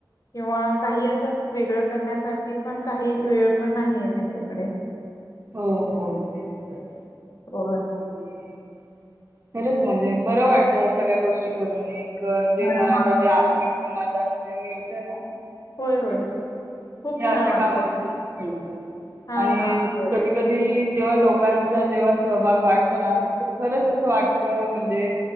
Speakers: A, on the left; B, on the right.
A: किंवा काही असं वेगळं करण्यासाठी पण काही वेळ पण नाही आहे त्यांच्याकडे
B: हो. हो. तेच तर
A: पोरं.
B: आणि खरंच म्हणजे बरं वाटंत ह्या सगळ्या गोष्टी. करून एक जे
A: हां,
B: मनाला
A: हां.
B: जे आत मी समाधान जे मिळते ना.
A: होय, होय.
B: ते
A: खूप
B: हे अशा
A: छान वाटत
B: कामातूनच
A: असेल.
B: मिळत
A: हां,
B: आणि
A: हां. होय.
B: कधी कधी जेव्हा लोकांचा जेव्हा सहभाग वाटतो ना तर खरंच असं वाट म्हणजे